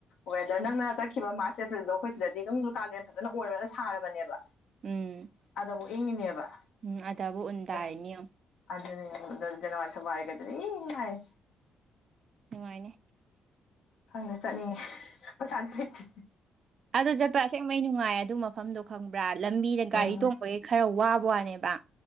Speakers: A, on the left; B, on the right.
A: ꯋꯦꯗꯔ ꯅꯪꯅ ꯆꯠꯈꯤꯕ ꯃꯥꯔꯁ ꯑꯦꯄ꯭ꯔꯤꯜꯗꯣ ꯑꯩꯈꯣꯏ ꯁꯤꯗꯗꯤ ꯑꯗꯨꯝ ꯀꯥꯂꯦꯟ ꯐꯖꯟꯅ ꯑꯣꯏꯔꯒ ꯁꯥꯔꯕꯅꯦꯕ
B: ꯎꯝ
A: ꯑꯗꯕꯨ ꯏꯪꯉꯤꯅꯦꯕ
B: ꯎꯝ ꯑꯗꯕꯨ ꯎꯟ
A: ꯑꯗ
B: ꯇꯥꯔꯤꯅꯤ ꯌꯦꯡꯎ
A: ꯑꯗꯨꯅꯦ ꯑꯗꯨ ꯖꯅꯋꯥꯔꯤ ꯐꯦꯕꯋꯥꯔꯤꯒꯗꯤ ꯏꯃꯥꯏ
B: ꯅꯨꯡꯉꯥꯏꯅꯦ
A: ꯈꯪꯗꯦ ꯆꯠꯅꯤꯡꯉꯦ ꯄꯩꯁꯥꯗꯤ ꯂꯩꯇꯦ
B: ꯑꯗꯨ ꯆꯠꯄ ꯑꯁꯦꯡꯕꯩ ꯅꯨꯡꯉꯥꯏ ꯑꯗꯨ ꯃꯐꯝꯗꯣ ꯈꯪꯕ꯭ꯔꯥ ꯂꯝꯕꯤꯗ
A: ꯎꯝ
B: ꯒꯥꯔꯤ ꯇꯣꯡꯕꯒꯤ ꯈꯔ ꯋꯥ ꯋꯅꯦꯕ